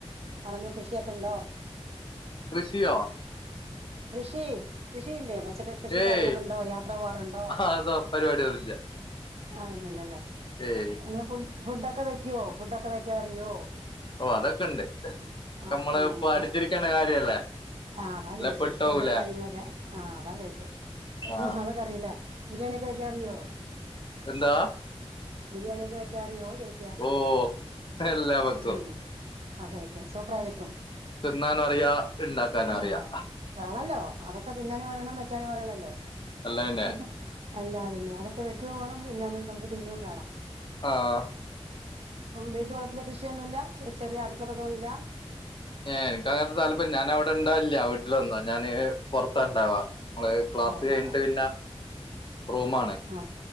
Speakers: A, on the right; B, on the left.
A: പറമ്പില് കൃഷിയൊക്കെ ഉണ്ടോ?
B: കൃഷിയോ?
A: കൃഷി കൃഷിന്റെ പച്ചക്ക കൃഷി
B: ഏയ്
A: കാര്യങ്ങൊക്ക ഉണ്ടോ യാത്ര പോവാറുണ്ടോ?
B: അതോ പരിപാടി ഒന്നുല്ല
A: ആവുന്നില്ലല്ലേ
B: ഏയ്
A: അങ്ങനെ ഫു ഫുഡൊക്കെ വെക്കുവോ ഫുഡൊക്കെ വെക്കാ അറിയോ?
B: ഓ അതൊക്കെ ണ്ട് അക്കെ
A: ആ
B: മ്മള് പ്പൊ പടിച്ചിരിക്കേണ്ട
A: ഏ
B: കാര്യല്ലേ?
A: ആ അതാ
B: അല്ലെ
A: ചോയിച്ചേ
B: പെട്ടോവൂലേ
A: ഫുഡും കാര്യങ്ങളൊക്കെ ആഹ് അതാ ചോയിച്ചേ
B: ആ
A: ഹ ഹഅതൊക്കെ അറിയുല്ലേ? ബിരിയാണിയ ഒക്കെ വെക്കാ അറിയോ
B: എന്താ
A: ബിരിയാണിയൊക്കെ വെക്കാ അറിയോ ചോയിക്ക
B: ഓ എല്ലാ വെക്കും
A: ഉം ആക്കെ വെക്കും സൂപ്രായി വെക്കും.
B: തിന്നാനു അറിയാ. ഇണ്ടാക്കാനും അറിയാ
A: ആഹ് വേണല്ലോ അതൊക്കെ തിന്നാനും അറിണം വെക്കാനും അറിയണല്ലോ
B: അല്ല പിന്നെ
A: ആ ഹ എല്ലാ പിന്നേ അതൊക്കെ വെക്കു വേണം തിന്നാനും നമുക്ക് തിന്നും വേണം
B: ആഹ്
A: വീട്ടുവളപ്പിലെ കൃഷിയൊന്നുല്ല ചെറിയ അടുക്കള തൊട്ടന്നുല്ല
B: ഞെ എനിക്കങ്ങൻത്തെ താല്പര്യം ഞാൻ അവിടെ ഇണ്ടാവില്ല വീട്ടിൽ വന്നോ ഞാന് പൊറത്താ ഉണ്ടാവാ നമ്മള് ക്ലാസ്
A: ഓ
B: കഴിഞ്ഞിട്ട്
A: ഓ
B: പിന്നെ റൂമാണ്
A: ഓ